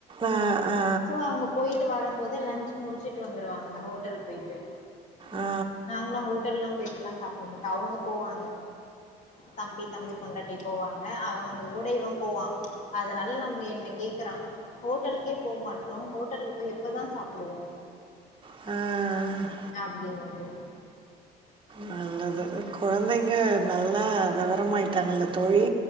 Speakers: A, on the right; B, on the left.
A: ஆ ஆ
B: சோ அவங்க போய்ட்டு வரம்போதே லன்ச் முடிச்சுட்டு வந்துருவாங் க ஹோட்டல் போய்ட்டு
A: ஆ
B: நாங்கல்லா ஹோட்டல்லா போய் சாப்ட மாட் அவங்க போவாங்க தம்பி தம்பி பொண்டாட்டி போவாங்க அவங்க கூட இவ போவா அதனால நம்ம என்னிக் கேக்கறா ஹோட்டல்க்கே போ மாட்றோ ஹோட்டல் ப்ப எப்பதா சாப்புடுவோ
A: ஆ ஆ
B: அப்டின்னுட்டு
A: நல்லது கொழந்தைங்க நல்லா விவரமாயிட்டாங்கல்ல தோழி